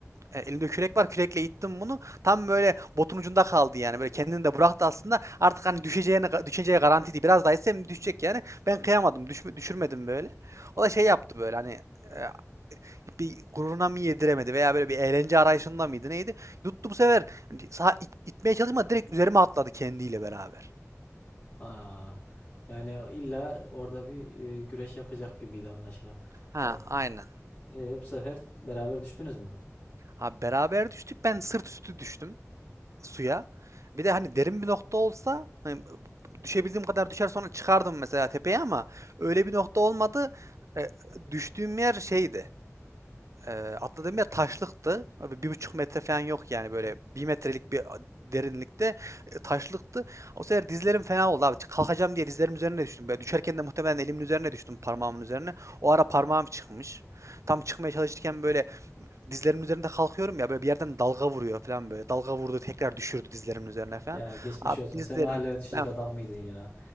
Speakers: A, on the right; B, on the left.
A: e, elimde kürek var kürekle ittim bunu. Tam böyle botun ucunda kaldı yani. Böyle kendini de bıraktı aslında. Artık hani düşeceğine düşeceği garantiydi. Biraz daha ise düşecek yani. Ben kıyamadım. Düşme, düşürmedim böyle. O da şey yaptı böyle hani e, bir gururuna mı yediremedi veya böyle bir eğlence arayışında mıydı neydi? Yuttu bu sefer hani sağ it- itmeye çalışmadı direkt üzerime atladı kendiyle beraber.
B: Aa, yani illa orada bir e, güreş yapacak gibiydi anlaşılan.
A: Ha
B: Yani
A: aynen.
B: e, bu sefer beraber düştünüz mü?
A: Abi beraber düştük ben sırt üstü düştüm suya. Bir de hani derin bir nokta olsa hani düşebildiğim kadar düşer sonra çıkardım mesela tepeye ama öyle bir nokta olmadı. E, düştüğüm yer şeydi. Ee, atladığım yer taşlıktı. Abi bir buçuk metre falan yok yani böyle bir metrelik bir derinlikte e, taşlıktı. O sefer dizlerim fena oldu abi. Kalkacağım diye dizlerim üzerine düştüm. Böyle düşerken de muhtemelen elimin üzerine düştüm parmağımın üzerine. O ara parmağım çıkmış. Tam çıkmaya çalışırken böyle dizlerimin üzerinde kalkıyorum ya böyle bir yerden dalga vuruyor falan böyle. Dalga vurdu tekrar düşürdü dizlerimin üzerine falan.
B: Ya geçmiş
A: Abi
B: olsun.
A: dizlerim
B: Sen o hallere düşecek
A: ben
B: adam mıydın ya?